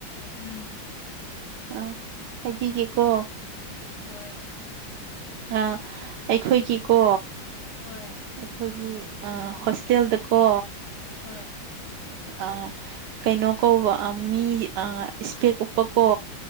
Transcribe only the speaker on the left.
ꯎꯝ
ꯍꯣꯏ
ꯍꯣꯏ
ꯍꯣꯏ